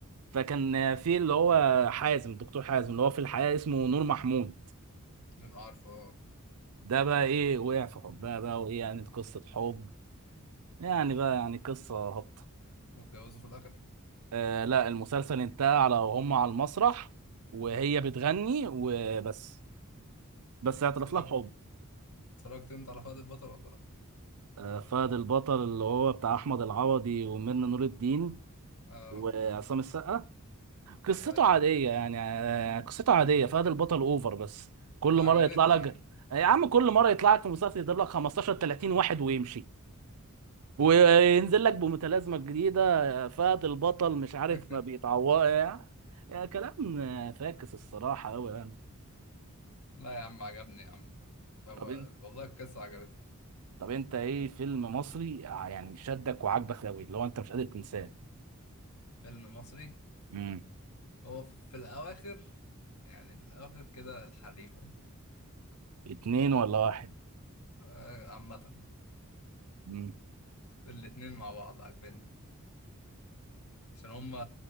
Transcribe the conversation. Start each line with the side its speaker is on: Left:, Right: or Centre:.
Right: فكان في اللي هو حازم الدكتور حازم اللي هو في الحقيقه اسمه نور محمود
Left: انا عارفه آه.
Right: ده بقى ايه وقع في حبها بقى وايه يعني قصه حب يعني بقى يعني قصه هابطه
Left: واتجوزوا في الاخر
Right: آه لا المسلسل انتهى على وهم على المسرح وهي بتغني وبس بس اعترف
Left: اتفرجت
Right: لها بحب
Left: اتفرجت انت على فهد البطل ولا لا
Right: آه فهد البطل اللي هو بتاع احمد العوضي وميرنا نور الدين
Left: اه
Right: وعصام السقا قصته
Left: ايوه
Right: عادية يعني آه، قصته عادية فهد البطل اوفر بس كل
Left: عجبتني
Right: مرة يطلع لك يا عم كل مرة يطلع لك في مسلسل يضرب لك 15 30 واحد ويمشي وينزل لك بمتلازمة جديدة آه، فهد البطل مش عارف
Left: <laughs>
Right: ما بيتعوض يعني يعني كلام آه، فاكس الصراحة أوي يعني
Left: لا يا عم عجبني يا عم بابا
Right: طب انت
Left: والله القصه عجبتني
Right: طب انت ايه فيلم مصري آه، يعني شدك وعجبك أوي اللي هو انت مش قادر تنساه
Left: فيلم مصري
Right: امم
Left: هو في الأواخر يعني في الأواخر كده الحريفة
Right: اتنين ولا واحد
Left: آه، عامة
Right: امم
Left: الاتنين مع بعض عاجبني عشان هما